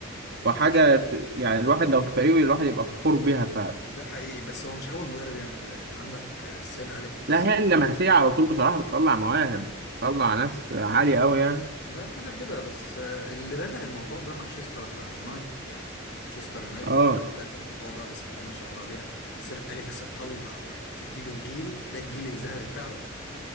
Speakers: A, on the left; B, on the right.
A: مش
B: وحاجة ت- يعني الواحد لو في فريقه الواحد يبقى فخور بيها فعلا
A: ده حقيقي بس هو مش أول مدرب يعمل كده يعني عندك آه، سير أليكس
B: لا هي اللمسية على طول بصراحة بتطلع مواهب بتطلع ناس عالية أوي يعني
A: ده كده كده بس آه، اللي بدأ الموضوع ده مانشستر يونايتد يعني مانشستر يونايتد
B: اه
A: هي اللي بدأت الموضوع ده بسم الله ما شاء الله عليها سير أليكس طلع تحت إيده جيل ده الجيل الذهبي فعلا